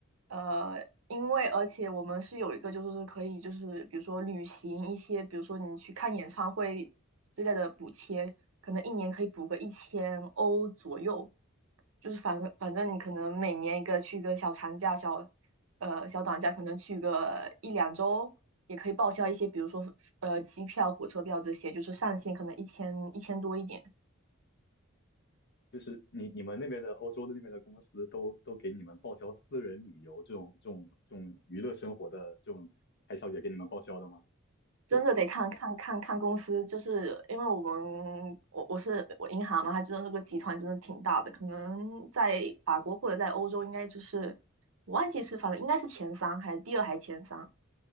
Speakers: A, on the right; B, on the left.
A: 呃，因为而且我们是有一个，就是说可以，就是比如说旅行一些，比如说你去看演唱会之类的补贴，可能一年可以补个一千欧左右，就是反正反正你可能每年一个去个小长假、小呃小短假，可能去个一两周，也可以报销一些，比如说呃机票、火车票这些，就是上限可能一千一千多一点。
B: 就是你你们那边的欧洲的那边的公司都都给你们报销私人旅游这种这种这种娱乐生活的这种开销也给你们报销的吗？
A: 真的得看看看看公司，
B: 这
A: 就是因为我们我我是我银行嘛，它真的那个集团真的挺大的，可能在法国或者在欧洲应该就是我忘记是反正应该是前三还第二还前三，